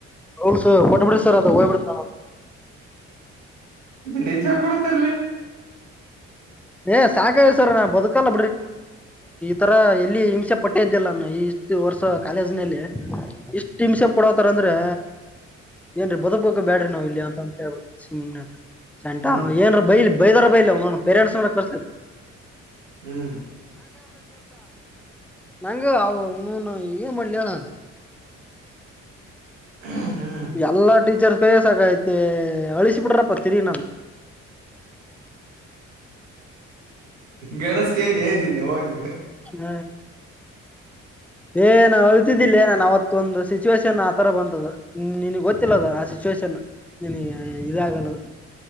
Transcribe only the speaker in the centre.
ರೂಲ್ಸ್ ಕೋಟ್ ಬಿಡ್ರಿ ಸರ್ ಅದ ಹೋಗ್ಬಿಡ್ತ ನಾನು
ಏನ್ ಸಾಕ ಎಚ್ ಸರ್ ಎಲ್ಲಿ ನಾನು ಬದುಕಲ್ಲ ಸಾರ್ ಇಲ್ಲಿ ವಿಷ ಪಟ್ಟಿಲ್ಲ ಇಷ್ಟು ವರ್ಷ ಕಾಲೇಜು ಇಷ್ಟ್ ಹಿಂಸೆ ಕೊಡೋದಂದ್ರೆ ಏನ್ರಿ ಬದುಕ್ ಬೇಕಾ ಆಡ್ರಿ ನಾವಿಲ್ಲಿ ಏನಂತ ಅಂತ ಹೇಳ್ಬಿಡಿ ಸೊಂಟ
ಅವ್ವ ಏನಾದ್ರು ಬೈದರಬೈಲಿ ಪೇರೆಂಟ್ಸ್ ಮಾತೃ ಕರಸ್ಲಿ
ನಂಗ ಅವನು ಏನ್ ಮಾಡ್ಲಿ ಹೇಳು
ಎಲ್ಲಾ ಟೀಚರ್ ಕೈಯ ಸಾಕಐತಿ ಅಳಿಸಿ ಬಿಟ್ರಪ್ಪ ತೆರಿಗೆ ನಾನು
ಹ್ಮ ಏ ನಾನಾಳ್ತಿದ್ದಿಲ್ಲದೇ ನಾವಂತೂ ಮತ್ತೊಂದು ಸಿಚುವೇಶನ್ ಆತರ ಬಂತು ನಿನಗ್ ಗೊತ್ತಿಲ್ಲದ ಆ ಸಿಚುವೇಷನ್ ನಿನಗೆ ಇದು ಆಗಲ್ಲ